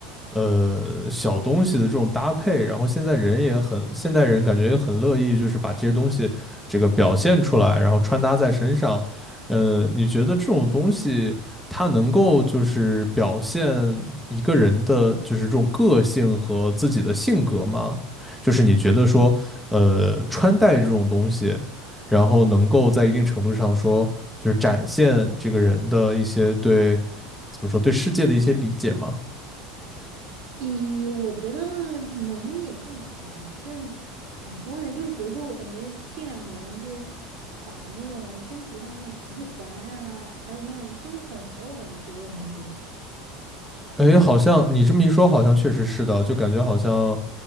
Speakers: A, in the centre; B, on the right (about 60°).
A: 呃，小东西的这种搭配，然后现在人也很，现代人感觉也很乐意，就是把这些东西这个表现出来，然后穿搭在身上，呃，你觉得这种东西它能够就是表现一个人的就是这种个性和自己的性格吗？就是你觉得说，呃，穿戴这种东西，然后能够在一定程度上说，就是展现这个人的一些对怎么说对世界的一些理解吗？
B: 咦，我觉得能也不能吧，就是咋说呢？就是比如说，我感觉近两年就是打那种身体上那种鼻环啊，还有那种穿孔的，我感觉多了很多，
A: 哎，好像你这么一说，好像确实是的，就感觉好像